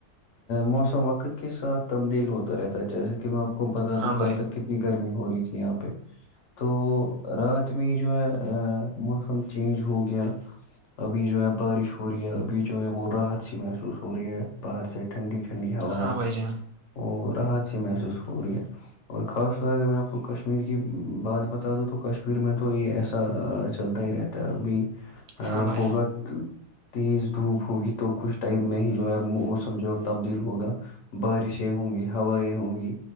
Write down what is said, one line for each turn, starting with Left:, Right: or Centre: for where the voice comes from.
Left: موسم وقت کے ساتھ تبدیل ہوتا رہتا ہے جیسے کہ میں آپ کو بتا
Right: ہاں
Left: دوں کل
Right: بھائی
Left: تک کتنی گرمی ہو رہی تھی یہاں پہ تو رات میں جو ہے موسم چینج ہو گیا ابھی جو ہے بارش ہو رہی ہے ابھی جو ہے وہ راحت سی محسوس ہو رہی ہے باہر سے ٹھنڈی ھ ٹنڈی ہا
Right: ہاں
Left: ہے
Right: بھائی جان
Left: اور رحت سے محسوس ہو رہی ہے اور خاص طور اگر میں آپ کو کشمیر کی بات بتا دوں تو کشمیر میں تو یہ ایسا چلتا ہی رہتا ہے تبھی ا
Right: ہاں بھائی
Left: ہوگا
Right: جان
Left: تیز دھوپ ہوگی تو کچھ ٹائم میں ہی جو ہے موسم جو تبدیل ہوگا بارشیں ہوں گی ہوائیں ہوں گی